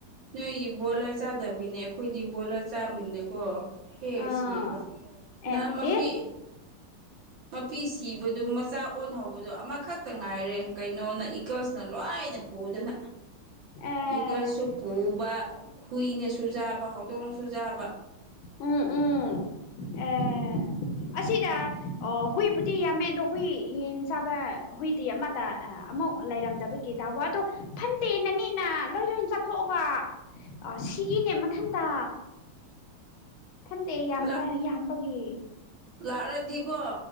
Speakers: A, on the right; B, on the left.
A: ꯅꯣꯏ ꯕꯣꯂꯔ ꯆꯥꯗꯕꯤꯅꯦ ꯑꯩꯈꯣꯏꯗꯤ ꯕꯣꯂꯔ ꯆꯥꯕꯅꯤꯅꯀꯣ ꯍꯦꯁꯤꯕ
B: ꯑꯥ
A: ꯅꯃꯄꯤ
B: ꯑꯦ ꯑꯦ
A: ꯃꯄꯤ ꯁꯤꯕꯗꯨ ꯃꯆꯥ ꯑꯣꯟꯍꯧꯕꯗꯨ ꯑꯃꯈꯛꯇ ꯉꯥꯏꯔꯦ ꯀꯩꯅꯣꯅ ꯏꯀꯜꯁꯅ ꯂꯣꯏꯅ ꯄꯨꯗꯅ
B: ꯑꯦ
A: ꯏꯀꯜꯁꯁꯨ ꯄꯨꯨꯕ ꯍꯨꯏꯅ ꯁꯨꯖꯥꯕ ꯍꯥꯎꯗꯣꯡ ꯁꯨꯖꯥꯕ
B: ꯎꯝ ꯎꯝ ꯑꯦ ꯑꯁꯤꯗ ꯍꯨꯏꯕꯨꯗꯤ ꯌꯥꯝꯃꯦ ꯑꯗꯣ ꯍꯨꯏ ꯌꯦꯟ ꯆꯥꯕ ꯍꯨꯏꯗꯤ ꯑꯃꯗ ꯑꯃꯨꯛ ꯂꯩꯔꯝꯗꯕꯒꯤ ꯕꯣ ꯑꯗꯣ ꯐꯟꯠꯇꯦꯅꯅꯦꯅ ꯂꯣꯏ ꯂꯣꯏ ꯆꯠꯊꯣꯛꯑꯒ ꯀꯅꯦ ꯃꯊꯟꯇ ꯐꯟꯇꯦ ꯌꯥꯝꯕ
A: ꯂꯥ
B: ꯌꯥꯝꯕꯒꯤ
A: ꯂꯥꯛꯑꯗꯤꯀꯣ